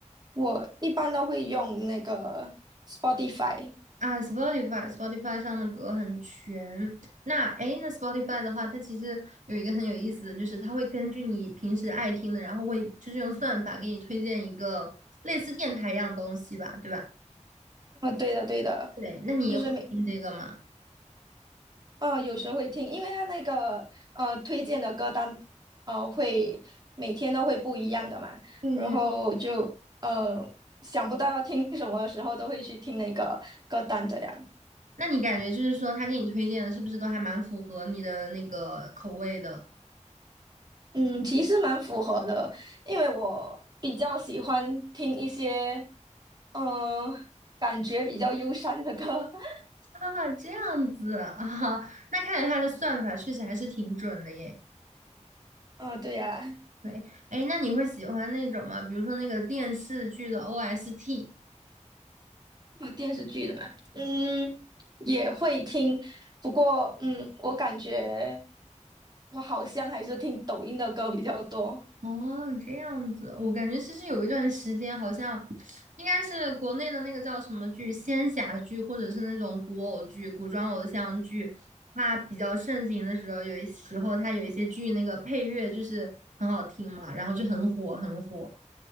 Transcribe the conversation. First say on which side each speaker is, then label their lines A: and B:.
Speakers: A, on the right; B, on the right.
A: 我一般都会用那个 Spotify。
B: 啊，Spotify，Spotify 上的歌很全。那哎诶，那 Spotify 的话，它其实有一个很有意思的就是它会根据你平时爱听的，然后会就是用算法给你推荐一个类似电台一样东西吧，对吧？
A: 呃，对的，对的，
B: 对，那你也会听这个吗？
A: 就是每呃有时候会听，因为它那个呃推荐的歌单呃会每天都会不一样的嘛，
B: 对对。
A: 然后就呃想不到要听什么的时候，都会去听那个歌单这样。
B: 那你感觉就是说，他给你推荐的是不是都还蛮符合你的那个口味的
A: 嗯，其实蛮符合的，因为我比较喜欢听一些呃感觉比较忧伤的歌。<laughs>
B: 啊？这样子啊，<laughs> 那看来他的算法确实还是挺准的耶。
A: 嗯、对呀、
B: 对，哎，那你会喜欢那种吗？比如说那个电视剧的 OST。
A: 有电视剧的吗？嗯，也会听，不过嗯，我感觉我好像还是听抖音的歌比较多
B: 哦，这样子，我感觉其实有一段时间好像应该是国内的那个叫什么剧，仙侠剧，或者是那种古偶剧、古装偶像剧，它比较盛行的时候，有一时候它有一些剧那个配乐就是很好听嘛，然后就很火，很火。